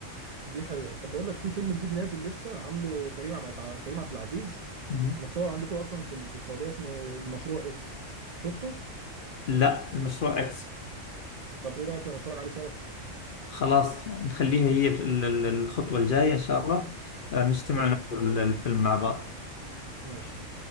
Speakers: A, on the right; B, on the left.
A: دي حقيقه طب بقول لك في فيلم جديد نازل لسه عامله كريم عبد كريم عبد العزيز
B: مهم.
A: متصور عندكم اصلا في ال- في السعوديه اسمه المشروع اكس شفته
B: لا المشروع إكس
A: طب ايه رايك لو نتفرج عليه سوا
B: خلاص نخليها هي ال- ال- ال- الخطوة الجاية إن شاء الله آه، نجتمع
A: تمام
B: نحضر ال- الفيلم مع بعض
A: ماشي